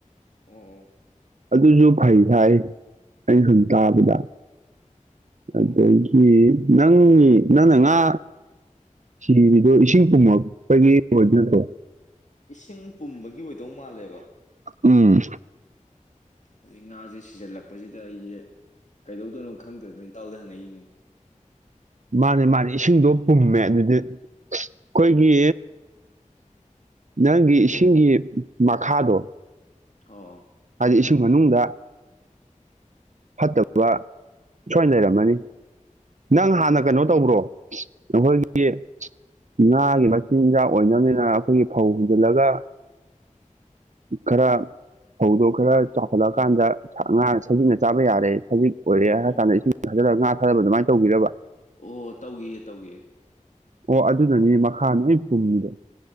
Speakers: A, on the left; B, on the right.
A: ꯑꯣ
B: ꯑꯗꯨꯁꯨ ꯐꯩ ꯍꯥꯏ ꯑꯩꯅ ꯁꯨꯝ ꯇꯥꯕꯗ
A: ꯑꯣ ꯑꯣ
B: ꯑꯗꯒꯤ ꯅꯪꯒꯤ ꯅꯪꯅ ꯉꯥ ꯁꯤꯔꯤꯗꯣ ꯏꯁꯤꯡ ꯀꯨꯝꯃꯛꯄꯒꯤ ꯑꯣꯏꯗꯣꯏ ꯅꯠꯇ꯭ꯔꯣ
A: ꯏꯁꯤꯡ ꯄꯨꯝꯕꯒꯤ ꯑꯣꯏꯗꯧ ꯃꯥꯜꯂꯦꯕ
B: ꯎꯝ
A: ꯑꯗꯒꯤ ꯉꯥꯖꯦ ꯁꯤꯖꯤꯜꯂꯛꯄꯁꯤꯗ ꯑꯩꯖꯦ ꯀꯩꯗꯧꯗꯣꯏꯅꯣ ꯈꯪꯗꯗꯅ ꯏꯇꯥꯎꯗ ꯍꯪꯉꯛꯏꯅꯤ
B: ꯃꯥꯅꯦ ꯃꯥꯅꯦ ꯏꯁꯤꯡꯗꯣ ꯄꯨꯝꯃꯦ ꯑꯗꯨꯗꯤ ꯑꯩꯈꯣꯏꯒꯤ
A: ꯎꯝ
B: ꯅꯪꯒꯤ ꯏꯁꯤꯡꯒꯤ ꯃꯈꯥꯗꯣ
A: ꯑꯥꯎ
B: ꯍꯥꯏꯗꯤ ꯏꯁꯤꯡ ꯃꯅꯨꯡꯗ ꯐꯠꯇꯕ ꯁꯣꯏꯅ ꯂꯩꯔꯝꯃꯅꯤ ꯅꯪ
A: ꯎꯝ
B: ꯍꯥꯟꯅ ꯀꯩꯅꯣ ꯇꯧꯕ꯭ꯔꯣ ꯅꯍꯣꯏꯒꯤ ꯉꯥꯒꯤ ꯃꯆꯤꯟꯖꯥꯛ ꯑꯣꯏꯅꯕꯅꯤꯅ ꯑꯩꯈꯣꯏꯒꯤ ꯐꯧ ꯍꯨꯟꯖꯤꯜꯂꯒ ꯈꯔ ꯐꯧꯗꯣ ꯈꯔ ꯆꯥꯎꯈꯠꯂꯛꯀꯥꯟꯗ ꯉꯥ ꯁꯖꯤꯛꯅ ꯆꯥꯕ ꯌꯥꯔꯦ ꯁꯖꯤꯛ ꯑꯣꯏꯔꯦ ꯍꯥꯏꯔ
A: ꯑꯣ
B: ꯀꯥꯟꯗ ꯏꯁꯤꯡ ꯊꯥꯖꯂꯒ ꯉꯥ ꯊꯥꯗꯕ ꯑꯗꯨꯃꯥꯏꯅ ꯇꯧꯕꯤꯔꯕ
A: ꯑꯣ ꯇꯧꯒꯤꯌꯦ ꯇꯧꯒꯤꯌꯦ
B: ꯑꯣ ꯑꯗꯨꯗꯅꯤ ꯃꯈꯥ ꯅꯣꯏ ꯄꯨꯝꯃꯤꯗꯣ